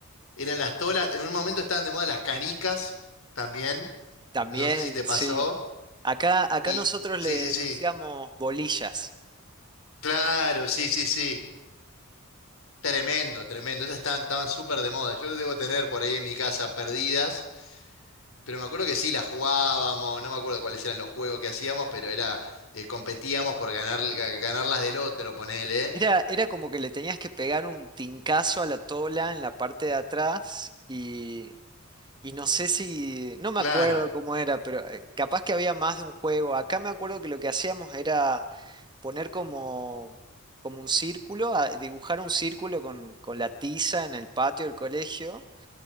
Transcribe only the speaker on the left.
eran las tolas, en un momento estaban de moda las canicas también,
no sé si te pasó.
Y
sí,
sí, sí.
Claro, sí, sí, sí. Tremendo, tremendo. Esas estaban, estaban súper de moda. Yo debo tener por ahí en mi casa perdidas, pero me acuerdo que sí las jugábamos, no me acuerdo cuáles eran los juegos que hacíamos, pero era, eh, competíamos por ganar, ga- ganar las del otro, ponele.
Claro.